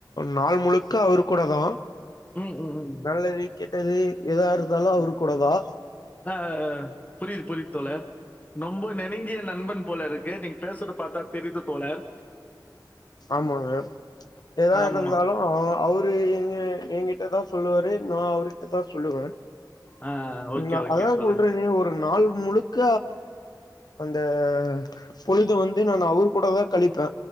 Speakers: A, on the left (about 60°); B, on the left (about 20°).
A: நாள் முழுக்க அவரு கூட தா
B: ம், ம், ம்.
A: நல்ல வீக்கெ டது எதா இருந்தாலு அவுரு கூடதா
B: அ அ அ புரிது புரிது தோழர் நொம்ப நெனுங்கிய நண்பன் போல இருக்கு நீங்க பேசுற பாத்தா தெரிது தோழர்
A: ஆம்மாங்க எதா
B: ஆமா.
A: இருந்தாலு அ அவ்ரு எங்க ஏங்கிட்டதா சொல்லுவார் ரு நா அவுர்ட்ட தா சொல்லுவ
B: ஆ ஓகே,
A: நா
B: ஓகே
A: அதான்
B: தோழர்.
A: சொல்றேன்னே ஒரு நாள் முழுக்க அந்த பொழுது வந்து நானு அவுரு கூட தா கழிப்பே